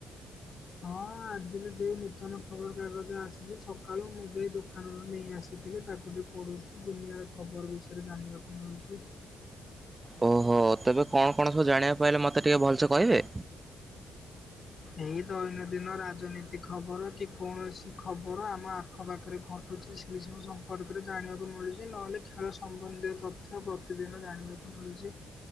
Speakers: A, on the left (about 45°); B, on the right (about 20°).
A: ହଁ ଆଜି ବି ଯେଉଁ ନୂତନ ଖବରକାଗଜ ଆସିଚି ସକାଳୁ ମୁଁ ଯାଇ ଦୋକାନରୁ ନେଇ ଆସ ଥିଲି ତାକୁ ଟିକେ ପଢ଼ୁଚି। ଦୁନିଆର ଖବର ବିଷୟରେ ଜାଣିବାକୁ ମିଳୁଚି।
B: ଓହୋ। ତେବେ କଣ କଣ ସବୁ ଜାଣିବାକୁ ପାଇଲେ ମତେ ଟିକେ ଭଲସେ କହିବେ?
A: ଏଇ ଦୈନଦିନ ରାଜନୀତି ଖବର କି କୋଣସି ଖବର ଆମ ଆ ଆଖପାଖରେ ଘଟୁଚି। ସେଇ ସବୁ ସମ୍ପର୍କରେ ଜାଣିବାକୁ ମିଳୁଚି। ନହେଲେ ଖେଳ ସମ୍ବନ୍ଧୀୟ ତ ଥ୍ୟ ପ୍ରତିଦିନ ଜାଣିବାକୁ ମିଳୁଚି।